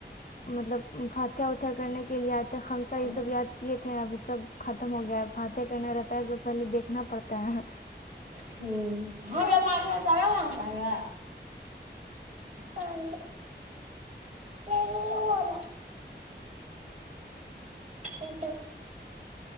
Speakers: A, on the left (about 45°); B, on the right (about 40°).
A: مطلب فاتحہ وتھیا کرنے کے لیے آئے تھے خمسہ
B: پانی
A: یہ سب یاد کیے تھے ابھی سب ختم ہو گیا ہے باتیں کہنا رہتا ہے تو پہلے دیکھنا پڑتا ہے
B: <unintelligible> ہ ہمے مار نا من پ رہا پانی کہی والا ایک دم